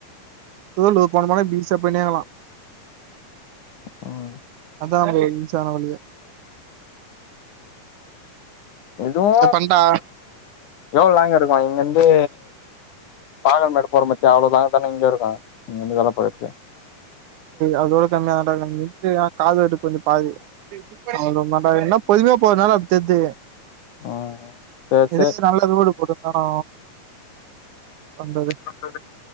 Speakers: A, on the right; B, on the left.
A: தோலு போன போன இப்டி ஈசியா போயினேகலா
B: ம்
A: அதா ப்ரோ ஈசியான வழியே
B: இதுவு
A: ஏ பண்ட்டா
B: எவ்ள லாங்கிருக்கு இங்கிந்து பாகல் மேடு போற மத்தியா அவ்ள லாங்க தானே இங்கியு இருக்கு இங்கிந்து வெல போறதுக்கு
A: அதோட கம்மியாதான்டா <unintelligible> காது வட்டுக் கொஞ்சம் பாதி <unintelligible> என்ன பொதுமையா போறதுனால அது தெர்து
B: ம் சேர்
A: எது நல்ல ரோடு போட்டுந்தானு வந்தது
B: <unintelligible>